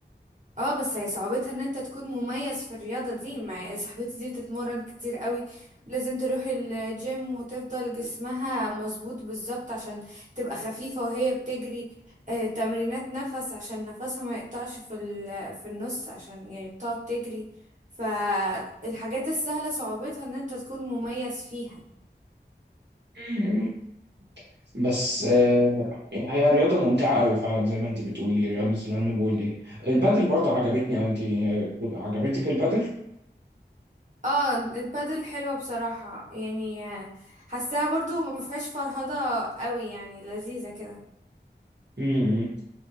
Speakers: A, on the right; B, on the right.
A: اه بس هي صعوبتها ان انت تكون مميز في الرياضة دي مع صاحبتي دي بتتمرن كتير قوي لازم تروح الجيم وتفضل جسمها مظبوط بالظبط عشان تبقى خفيفة وهي بتجري آه تمرينات نفس عشان نفسها ما يقطعش في ال- في النص عشان يعني بتقعد تجري فالحاجات السهلة صعوبتها ان انت تكون مميز فيها
B: <laughs> مم. بس آه، هي رياضة ممتعة قوي فعلا زي ما أنت بتقولي رياضة الهاندبول دي البادل برضه عجبتني أوي أنت آه، عجبتك البادل؟
A: اه البادل حلوة بصراحة يعني آه، حاساها برضو ما فيهاش فرهضة قوي يعني لذيذة كده
B: مم.